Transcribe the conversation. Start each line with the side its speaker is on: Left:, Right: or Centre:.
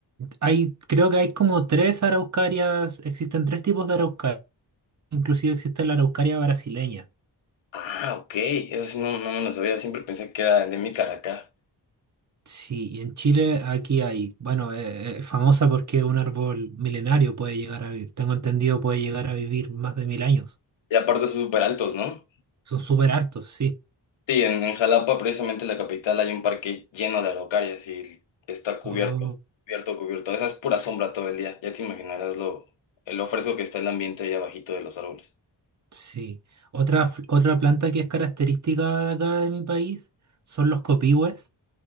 Right: Hay, creo que hay como tres araucarias, existen tres tipos de araucaria. Inclusive existe la araucaria brasileña.
Left: Ah, ok, eso sí no, no me lo sabía, siempre pensé que era endémica de acá.
Right: Sí, y en Chile aquí hay, bueno, eh, es famosa porque es un árbol milenario puede llegar a vivir, tengo entendido puede llegar a vivir más de mil años.
Left: Y aparte son súper altos, ¿no?
Right: Son súper altos, sí.
Left: Sí, en, en Jalapa, precisamente la capital, hay un parque lleno de araucarias y está cubierto,
Right: Oh,
Left: cubierto, cubierto. Esa es pura sombra todo el día. Ya te imaginarás lo, lo fresco que está el ambiente ahí abajito de los árboles.
Right: sí. Otra, fl- otra planta que es característica de acá de mi país son los copihues,